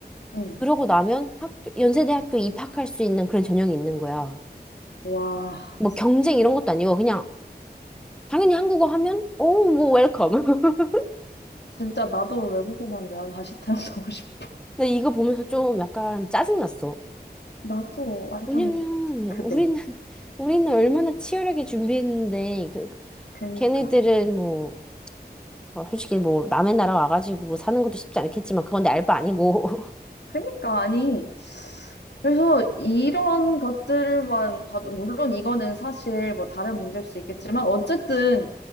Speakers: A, on the left; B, in the centre.
A: 응.
B: 그러고 나면 학교, 연세대학교 입학할 수 있는 그런 전형이 있는 거야.
A: 와,
B: 뭐 경쟁 이런 것도 아니고 그냥 당연히 한국어 하면 오뭐 웰컴. <laughs>
A: 진짜 나도 외국인 한데 나도 다시 태어나고 <laughs> 싶어.
B: 나 이거 보면서 좀 약간 짜증났어.
A: 나도, 아니,
B: 왜냐면
A: 좀, 그래.
B: 우리는 <laughs> 우리는 얼마나 치열하게 준비했는데 그
A: 그니까.
B: 걔네들은 뭐 어, 솔직히 뭐 남의 나라 와가지고 뭐 사는 것도 쉽지 않겠지만 그건 내 알바 아니고 <laughs>
A: 그니까, 아니. 그래서 이런 것들만 봐도, 물론 이거는 사실 뭐 다른 문제일 수 있겠지만, 어쨌든